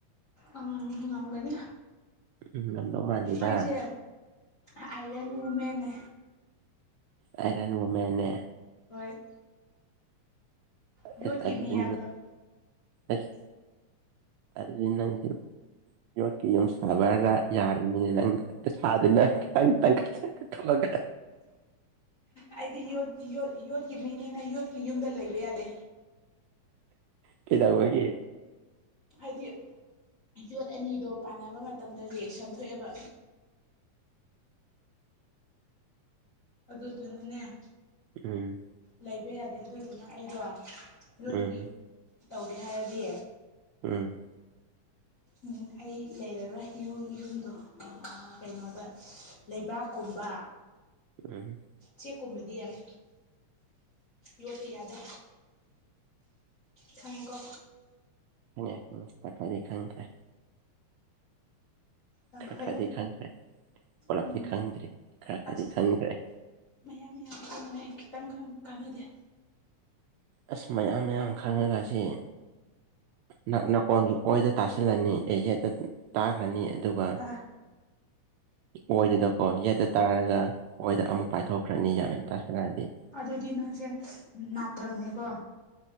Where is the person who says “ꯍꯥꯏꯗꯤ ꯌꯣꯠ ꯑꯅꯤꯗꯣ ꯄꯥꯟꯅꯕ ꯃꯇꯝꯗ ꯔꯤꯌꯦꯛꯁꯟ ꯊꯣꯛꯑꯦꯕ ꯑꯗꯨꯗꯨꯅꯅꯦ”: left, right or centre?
Left